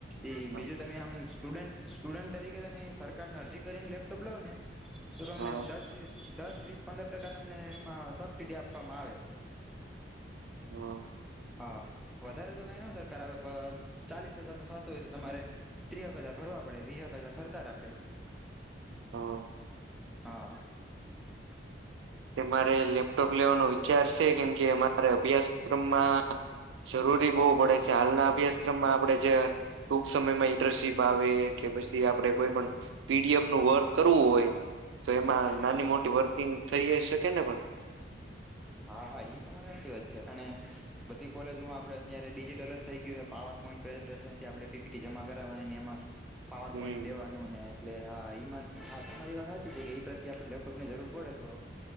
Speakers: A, in the centre; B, on the right.
A: એ
B: હા
A: બીજું તમે આમ સ્ટુડન્ટ, સ્ટુડન્ટ તરીકે તમે સરકારને અરજી કરીને લેપટોપ લાવ ને શ તમને
B: હા
A: દસ દસ વ્રીસ પંદર ટકા તમને એમાં સબસીડી આપવામાં આવે.
B: <inaudible>
A: હા વધારે તો કઈ ન સરકાર આવેે. પણ ચાલીસ હજાર નું થતું હોય તો તમારે ત્રીક હજાર ભરવા પડે વીક હજાર સરકાર આપે.
B: <inaudible>
A: હા.
B: મારે લેપટોપ લેવાનો વિચાર છે. કેમ કે અમારે અભ્યાસક્રમમાં જરૂરી બહવુ પડે છે. હાલના અભ્યાસક્રમમાં આપણેે જે ટૂંક સમયમાં ઇન્ટર્નશીપ આવે કે પછી આપડે કોઈ પણ, પીડીએફ નું વર્ક કરવું હોય તો એમાં નાની
A: હા હા
B: મોટી વર્કિંગ થઈ જ શકે ને પણ.
A: હા હા એ તમારે સાચી વાત છે બધી કોલેજોમાં આપડે અત્યારે ડિજિટલ જ થઈ ગયું છે પાવર આપ પીપીટી જમા કરવાની એમાં પાવર
B: હમ
A: પોઈન્ટ દેવાનું ને એટલે હા એમાં હા તમારી વાત સાચી છે કે એ પ્રત્યે, આપણે લેપટોપ ની જરૂર પડે તો